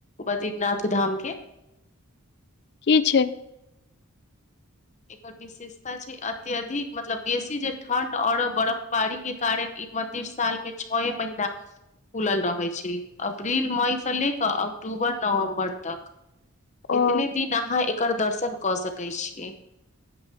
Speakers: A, on the left (about 30°); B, on the left (about 50°).
A: बद्रीनाथ धाम केँ
B: की छै
A: एकर विस विशेषता छै अत्यधिक मतलब बेसी जे ठणड अरफ बर्फबारी केँ कारण ई मंदिर साल मे छए महिना खुलल रहै छै अप्रील, मई से ले कऽ अक्टूबर, नवम्बर तक
B: ओ
A: एतने दिन अहाँ एकर दर्शन कऽ सकै छियै